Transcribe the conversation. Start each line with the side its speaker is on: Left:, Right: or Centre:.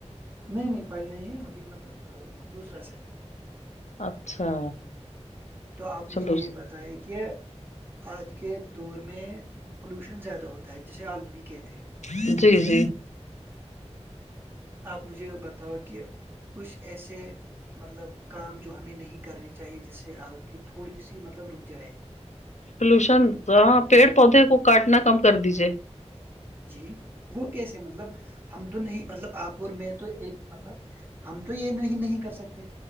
Right: نہیں نہیں فائل نہیں ہے ابھی مطلب دوسرا سیم ہے
Left: اچھا
Right: تو آپ مجھے
Left: دوسری
Right: یہ بتائیں کہ آج کے دور میں پولوشن زیادہ ہوتا جسے آلودگی کہتے ہیں
Left: جی جی
Right: آپ مجھے بتاؤ کہ کچھ ایسے مطلب کام جو ہمیں نہیں کرنے چاہیے جس سے آلودگی تھوڑی سی مطلب رک جائے
Left: پلوشن ہاں پیڑ پودے کو کاٹنا کم کر دیجیے
Right: جی وہ کیسے مطلب ہم تو نہیں مطلب آپ اور میں تو ایک مطلب ہم تو یہ نہیں نہیں کر سکتے